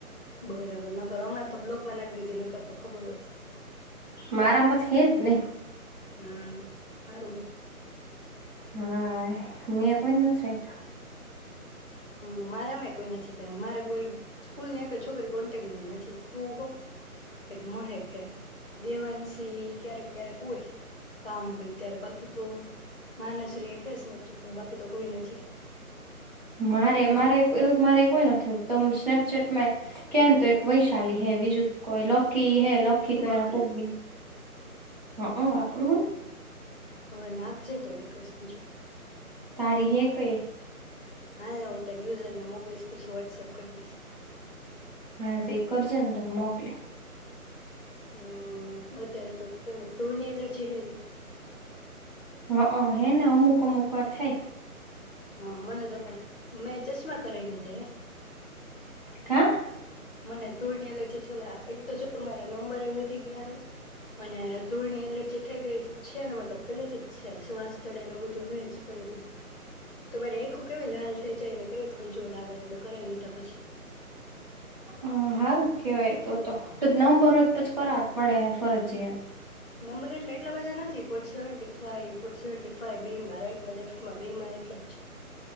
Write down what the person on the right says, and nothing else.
મારા માતો હે જ નહી.
હા મેં કોઈ નથી રાખ્યા.
મારે મારે મારે કોઈ નથી તો સ્નેપચેટમાં, કેમ તો એક વૈશાલી હે બીજું કોઈ લકી હે. લખી
તો
એનો કોક બી હા ઓ આપરું હોય.
તારી હે કહી.
હા તે એ કરજે દ મોકલે.
હ હેને અમુક અમુક વાર થાય.
કા?
હ સારું કેવાય તો તો નમબરો તોછ કરાવ પડે ફરજીયાત.